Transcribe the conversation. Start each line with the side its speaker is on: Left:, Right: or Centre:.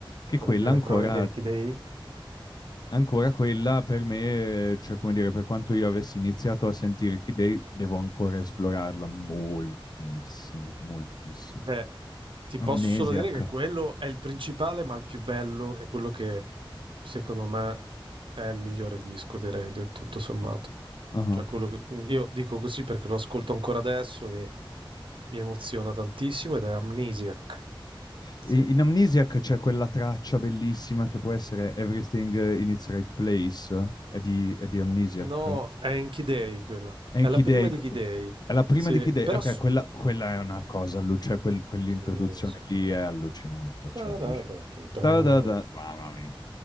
Left: che
Right: quella
Left: quella
Right: più elettronica
Left: ancora
Right: di Kidei.
Left: ancora quella per me, cioè come dire, per quanto io avessi iniziato a sentire Kid Day, devo ancora esplorarla moltissimo, moltissimo.
Right: Beh, ti
Left: Amnesiac.
Right: posso solo dire che quello è il principale, ma il più bello è quello che secondo me è il migliore disco dei Radio, tutto sommato.
Left: ah.
Right: Cioè, quello che mm, io dico così perché lo ascolto ancora adesso e mi emoziona tantissimo ed è Amnesiac. Sì.
Left: E- In Amnesiac c'è quella traccia bellissima che può essere Everything in its right place, è di, è di Amnesiac.
Right: No, è in Key Day quella.
Left: E
Right: È
Left: in Kid
Right: la prima
Left: Day,
Right: di Key Day.
Left: è la prima
Right: Sì,
Left: di Kid Day,
Right: però
Left: ok,
Right: s-
Left: quella, quella è una cosa, allu- cioè quel- quell'introduzione
Right: sì, sì.
Left: lì è allucinante, cioè
Right: No,
Left: allucinante. Mamma mia,